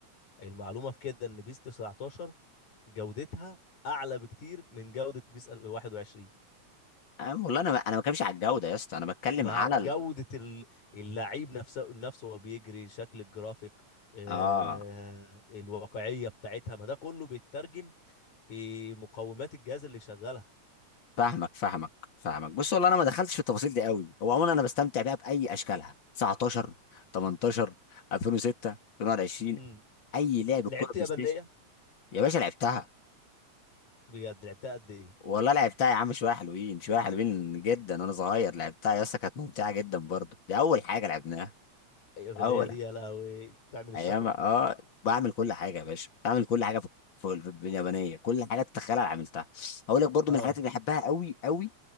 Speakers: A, on the left (about 80°); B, on the left (about 40°).
A: المعلومة في كده ان بيس 19 جودتها اعلى بكتير من جودة بيس 21
B: أنا والله انا انا ما بتكلمش على الجوده يا اسطى انا بتكلم
A: ما
B: على
A: جودة
B: ال...
A: ال- اللعيب نفسه نفسه وهو بيجري شكل الجرافيك آه،
B: اه
A: الواقعية بتاعتها ما ده كله بيترجم في مقومات الجهاز اللي شغالها
B: فاهمك فاهمك فاهمك بص والله انا ما دخلتش في التفاصيل دي قوي هو عموما انا بستمتع بيها باي اشكالها 19 18 2006 2020
A: امم
B: اي لعب
A: لعبت
B: كوره بلاي
A: يابانية
B: ستيشن يا باشا لعبتها
A: بجد لعبتها قد ايه
B: والله لعبتها يا عم شويه حلوين شويه حلوين جدا وانا صغير لعبتها يا اسطى كانت ممتعه جدا برضو دي اول حاجه لعبناها
A: اليابانية
B: اول
A: دي يا لهوي بتعمل الشفرة
B: ايام اه بعمل كل حاجه يا باشا بعمل كل حاجه في في في اليابانيه كل حاجه تتخيلها أنا عملتها هقول لك برضو
A: اه
B: من الحاجات اللي بحبها قوي قوي